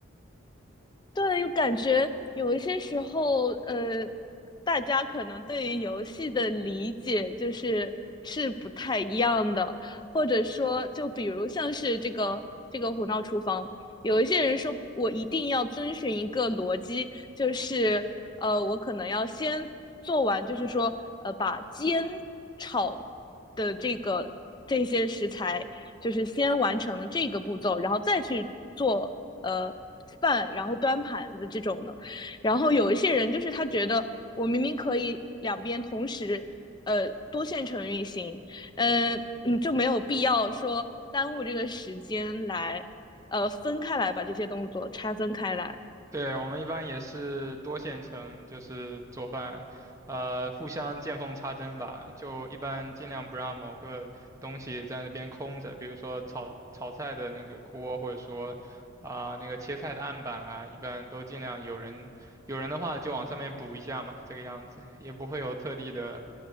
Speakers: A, on the left; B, on the right.
A: 对，感觉有一些时候，呃，大家可能对于游戏的理解就是是不太一样的，或者说，就比如像是这个这个《胡闹厨房》，有一些人说我一定要遵循一个逻辑，就是呃，我可能要先做完，就是说呃，把煎炒的这个这些食材就是先完成了这个步骤，然后再去做呃饭，然后端盘子这种的。然后有一些人就是他觉得我明明可以两边同时呃多线程运行，呃嗯就没有必要说耽误这个时间来呃分开来把这些动作拆分开来。
B: 对，我们一般也是多线程，就是做饭，呃，互相见缝插针吧。就一般尽量不让某个东西在那边空着，比如说炒炒菜的那个锅，或者说啊、那个切菜的案板啊，一般都尽量有人有人的话就往上面补一下嘛，这个样子也不会有特地的，